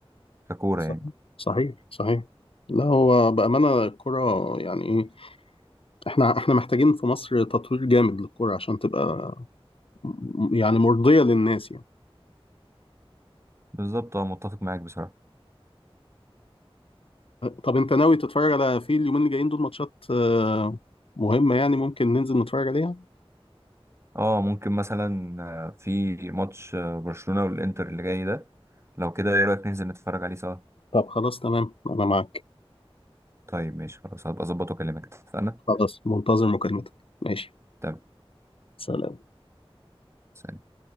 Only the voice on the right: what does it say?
ككورة
يعني
بالظبط اه متفق معاك بصراحة
اه ممكن مثلا آه، في ماتش آه، برشلونة والانتر اللي جاي ده لو كده ايه رأيك ننزل نتفرج عليه سوا
طيب ماشي خلاص هبقى اظبط واكلمك اتفقنا
تمام
سلام.